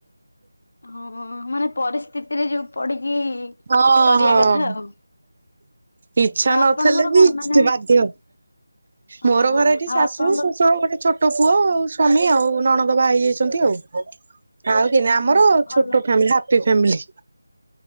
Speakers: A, on the left; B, on the right.
A: ହଁ ମାନେ ପରିସ୍ଥିତିରେ ଯୋଉ ପଡିକି
B: ହଁ
A: କରିବା
B: ହଁ
A: କଥା ଆଉ।
B: ଇଚ୍ଛା
A: ଆଉ
B: ନଥିଲେ
A: ଆପଣଙ୍କର
B: ବି
A: କଣ ମାନେ
B: ଯ, ମୋର
A: ହଁ
B: ଘରେ ଏଠି
A: ଆଉ
B: ଶାଶୁ
A: ଆପଣଙ୍କର
B: ଶଶୁର ଗୋଟେ ଛୋ ଟ ପୁଅ ଆଉ ସ୍ଵାମୀ ଆଉ ନଣନ୍ଦ ବାହା ହେଇଯାଇଛନ୍ତି ଆଉ। ଆଉ କେଇ ନାଇ
A: ଓହୋ
B: ଆମର
A: ଭଲ
B: ଛୋଟ ଫେମିଲି ହାପି ଫେମିଲି।